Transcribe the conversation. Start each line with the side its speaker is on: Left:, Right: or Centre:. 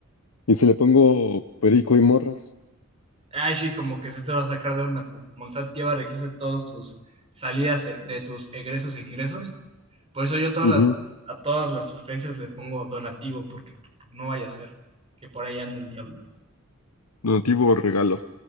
Left: y si le pongo perico y morras.
Right: Ay, sí, como que se te va a sacar de onda, porque como el SAT lleva registro de todos tus salidas, eh, de tus egresos e ingresos, Por eso yo todas
Left: Ujú.
Right: las, a todas las sugerencias le pongo donativo, porque no vaya a ser que por ahí ande el diablo.
Left: Donativo o regalo.